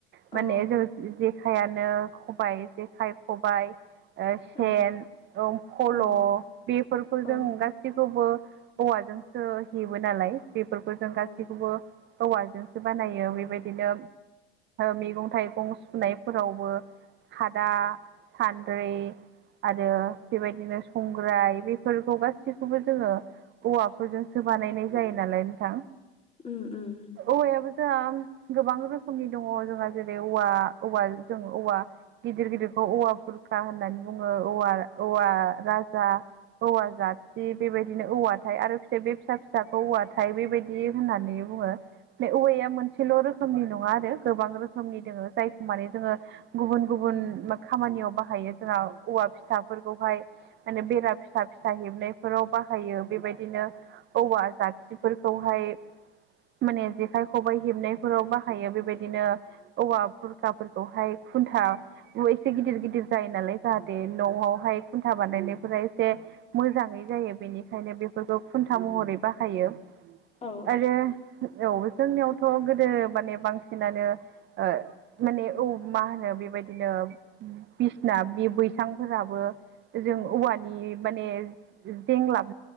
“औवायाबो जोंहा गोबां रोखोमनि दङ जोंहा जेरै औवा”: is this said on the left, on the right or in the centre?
Right